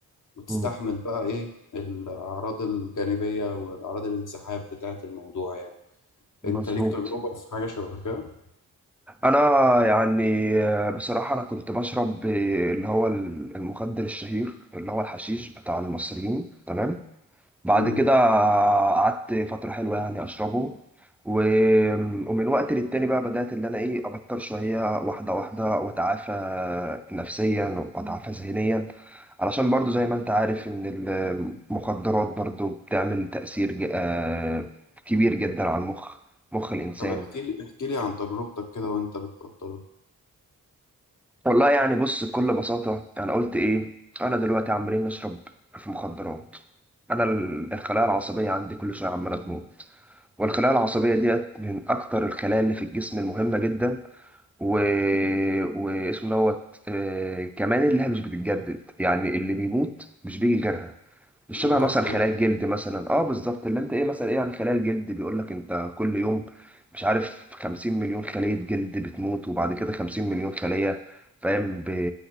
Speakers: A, on the left (about 55°); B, in the centre.
A: وتستحمل
B: مم.
A: بقى إيه الأعراض الجانبية والأعراض الانسحاب بتاعة الموضوع يعني
B: مظبوط
A: أنت ليك تجربة في حاجة شبه كده؟
B: انا يعني آه، بصراحة انا كنت بشرب آه، اللي هو المخدر الشهير اللي هو الحشيش بتاع المصريين تمام بعد
A: مم.
B: كده قعدت فترة حلوة يعني أشربه و... ومن وقت للتاني بقى بدأت اللي أنا إيه أبطل شوية واحدة واحدة وأتعافى نفسيا وأتعافى ذهنيا علشان برضو زي ما أنت عارف إن المخدرات برضو بتعمل تأثير ج- آه، كبير جدا على المخ مخ الإنسان
A: طب احكي لي احكي لي عن تجربتك كده وأنت بتبطله
B: والله يعني بص بكل بساطة أنا قلت إيه أنا دلوقتي عمالين نشرب في مخدرات أنا ال- الخلايا العصبية عندي كل شوية عمالة تموت والخلايا العصبية ديت من أكتر الخلايا اللي في الجسم المهمة جدا و... واسمه دوت آه، كمان اللي هي مش بتتجدد يعني اللي بيموت مش بيجي غيرها مش
A: بيروح
B: شبه مثلا
A: خلاص
B: خلايا الجلد مثلا اه بالظبط اللي انت ايه مثلا ايه يعني خلايا الجلد بيقول لك انت كل يوم مش عارف 50 مليون خلية جلد بتموت وبعد كده 50 مليون خلية فاهم ب...